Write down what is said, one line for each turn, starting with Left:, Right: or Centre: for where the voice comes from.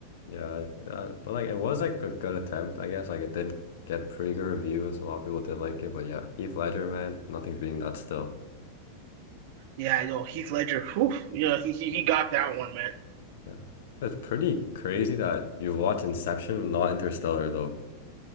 Left: Yeah, yeah, but like it was like a good attempt, I guess. Like it did get pretty good reviews. A lot of people did like it, but yeah, Heath Ledger, man, nothing's beating that still.
Right: Yeah, yo, Heath Ledger. Whew, yeah, he he he got that one, man.
Left: Yeah. It's pretty crazy that you watch Inception and not Interstellar though.